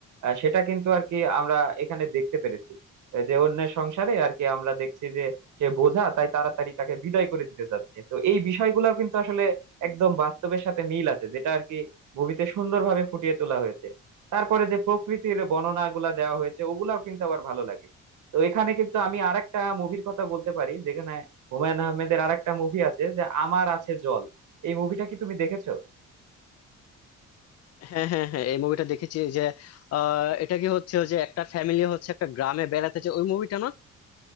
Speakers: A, on the right; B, on the left.
A: আহ, সেটা কিন্তু আর কি আমরা এখানে দেখতে পেরেছি আহ, যে অন্যের সংসারে আর কি আমরা দেখছি যে সে বোঝা তাই তাড়াতাড়ি তাকে বিদায় করে দিতে চাচ্ছে তো এই বিষয়গুলো কিন্তু আসলে একদম বাস্তবের সাথে মিল আছে যেটা আর কি মুভিতে সুন্দরভাবে ফুটিয়ে তোলা হয়েছে তারপরে যে প্রকৃতির বর্ণনাগুলা দেওয়া হয়েছে ওগুলাও কিন্তু আবার ভালো লাগে তো এখানে কিন্তু আমি আরেকটা মুভির কথা বলতে পারি যেখানে হুমায়ুন আহমেদের আরেকটা মুভি আছে যে আমার আছে জল এই মুভিটা কি তুমি দেখেছো
B: হ্যাঁ হ্যাঁ হ্যাঁ এই মুভিটা দেখেছি ওই যে আহ, এটা কি হচ্ছে ওই যে একটা ফ্যামিলি হচ্ছে একটা গ্রামে বেড়াতে যায় ওই মুভিটা না